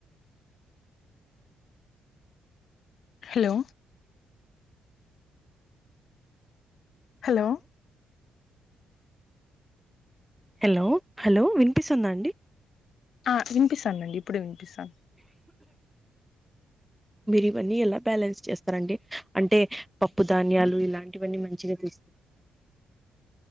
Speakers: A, on the left; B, in the centre.
A: హలో హలో
B: హలో హలో వినిపిస్తుందా అండి
A: ఆ వినిపిస్తానుండి ఇప్పుడే వినిపిస్తాదీ
B: మీరు ఇవన్నీ ఎలా బ్యాలెన్స్ చేస్తారండి అంటే పప్పు ధాన్యాలు ఇలాంటివన్నీ మంచిగా తీసుకుంట అ